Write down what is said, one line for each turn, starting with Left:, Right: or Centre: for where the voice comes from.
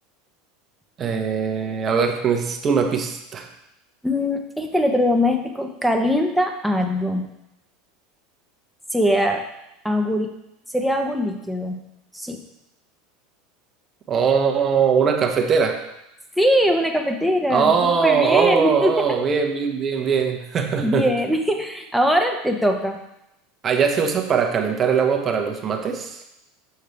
Right: eh, a ver, necesito una pista.
Centre: Mm, Este electrodoméstico calienta algo. Sea algo, li- sería algo líquido. Sí.
Right: Oh, una cafetera.
Centre: Sí, es una cafetera.
Right: Oh, oh,
Centre: Muy bien. <laughs>
Right: oh, oh, bien, bien, bien, bien. <laughs>
Centre: Bien. <laughs> Ahora te toca.
Right: Allá se usa para calentar el agua para los mates.